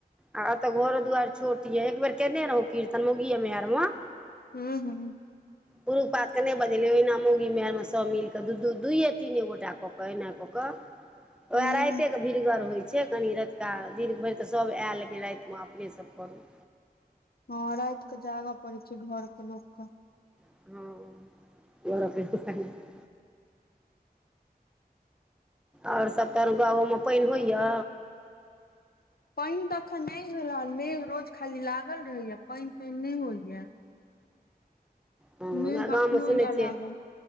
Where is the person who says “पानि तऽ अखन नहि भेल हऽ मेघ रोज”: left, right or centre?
Left